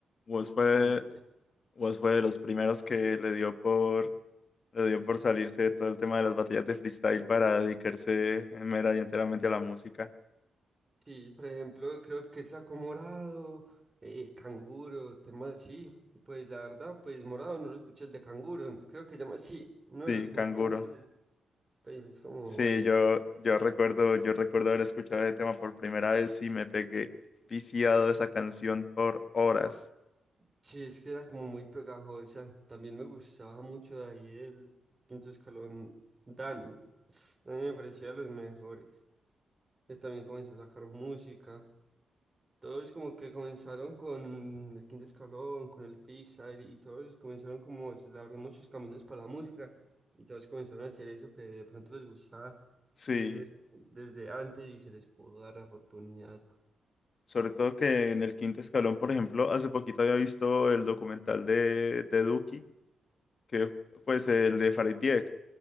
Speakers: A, on the left; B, on the right.
A: Woz
B: Duki
A: fue,
B: también.
A: Woz fue de los primeros que le dio por, le dio por salirse de todo el tema de las batallas de freestyle para dedicarse en mera y enteramente a la música.
B: Sí, por ejemplo, creo que saco morado, eh, canguro, temas así. Pues la verdad, pues morado no lo escuché el de canguro. Creo que llama, sí, uno
A: Sí,
B: de los
A: Canguro.
B: más famosos del país es como
A: Sí,
B: bueno.
A: yo, yo recuerdo, yo recuerdo haber escuchado ese tema por primera vez y me pegué viciado a esa canción por horas.
B: Sí, es que era como muy pegajosa. También me gustaba mucho de ahí el quinto escalón Dani. A mí me parecía de los mejores. Él también comenzó a sacar música. Todos como que comenzaron con el quinto escalón, con el freestyle y todos comenzaron como se le abrió muchos caminos para la música y todos comenzaron a hacer eso que de pronto les gustaba
A: Sí.
B: desde, desde antes y se les pudo dar la oportunidad.
A: Sobre todo que en el quinto escalón, por ejemplo, hace poquito había visto el documental de, de Duki, que pues el de Farid Dieck,